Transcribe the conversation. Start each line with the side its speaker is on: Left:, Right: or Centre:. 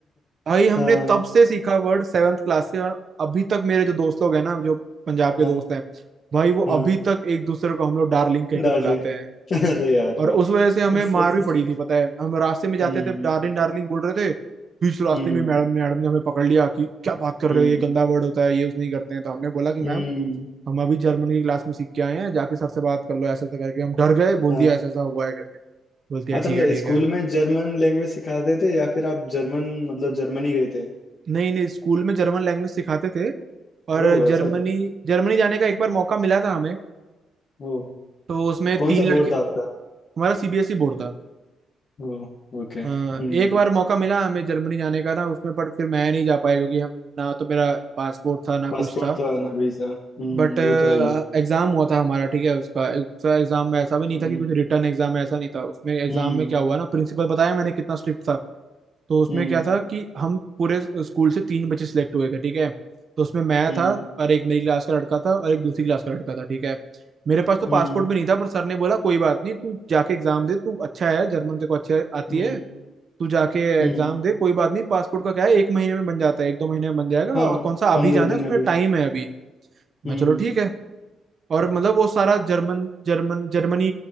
Right: भाई हमने
Left: हाँ
Right: तब से सीखा वर्ड सेवन्थ क्लास से और अभी तक मेरे जो दोस्त लोग हैं ना जो पंजाब के
Left: हाँ
Right: दोस्त हैं भाई वो
Left: हाँ
Right: अभी तक एक दूसरे को हम लोग डार्लिंग कह के
Left: डार्लिंग
Right: बुलाते हैं
Left: अरे यार
Right: और
Left: वाह
Right: उस वजह से हमें
Left: सही
Right: मार
Left: सही
Right: भी पड़ी
Left: सही।
Right: थी पता है हम रास्ते में जाते
Left: हम्म
Right: थे डार्लिंग डार्लिंग बोल रहे थे बीच रास्ते
Left: हम्म
Right: में मैडम ने मैडम ने हमें पकड़ लिया कि क्या बात कर
Left: हम्म
Right: रहे हो ये गंदा वर्ड होता है ये यूज नहीं करते हैं तो हमने बोला कि
Left: हम्म
Right: मैम हम अभी जर्मन की क्लास में सीख के आए हैं जाके सर से बात कर लो ऐसा ऐसा करके हम डर गए बोल
Left: हाँ
Right: दिया ऐसा ऐसा हुआ है करके बोलती है
Left: अच्छा
Right: ठीक
Left: मतलब
Right: है ठीक
Left: स्कूल
Right: है
Left: में जर्मन लैंग्वेज सिखाते थे या फिर आप जर्मन मतलब जर्मनी गए थे
Right: नहीं नहीं स्कूल में जर्मन लैंग्वेज सिखाते थे और
Left: ओ ऐसा
Right: जर्मनी
Left: क्या
Right: जर्मनी जाने का एक बार मौका मिला था हमें
Left: ओ
Right: तो उसमें
Left: कौन
Right: तीन
Left: सा
Right: लड़के
Left: बोर्ड था आपका
Right: हमारा सीबीएसई बोर्ड था
Left: ओ ओके
Right: अ,
Left: हम्म
Right: एक बार मौका मिला हमें जर्मनी जाने का ना उसमें पर फिर मैं नहीं जा पाया क्योंकि हम ना तो मेरा पासपोर्ट था ना
Left: पासपोर्ट
Right: कुछ था
Left: था ना वीजा हम्म
Right: बट
Left: वो तो है ही
Right: एग्जाम हुआ था हमारा ठीक है उसका उसका एग्जाम में ऐसा भी नहीं
Left: हम्म
Right: था कि कुछ रिटर्न एग्जाम में ऐसा नहीं था उसमें एग्जाम
Left: हम्म
Right: में क्या हुआ ना प्रिंसिपल बताया मैंने कितना स्ट्रिक्ट था तो उसमें
Left: हम्म
Right: क्या था कि हम पूरे स्कूल से तीन बच्चे सिलेक्ट हुए थे ठीक है तो उसमें मैं
Left: हम्म
Right: था और एक मेरी क्लास का लड़का था और एक दूसरी क्लास का लड़का था ठीक है मेरे पास तो पासपोर्ट
Left: हम्म
Right: भी नहीं था पर सर ने बोला कोई बात नहीं तू जाके एग्जाम दे तू अच्छा है जर्मन तेरे को अच्छे आती
Left: हम्म
Right: है तू जाके
Left: हम्म
Right: एग्जाम दे कोई बात नहीं पासपोर्ट का क्या है एक महीने में बन जाता है एक दो महीने में बन जाएगा
Left: हाँ
Right: और कौन सा
Left: पंद्रह
Right: अभी जाना
Left: दिन
Right: है उसमें
Left: में भी
Right: टाइम है अभी मैं
Left: हम्म
Right: चलो ठीक है और मतलब वो सारा जर्मन जर्मन जर्मनी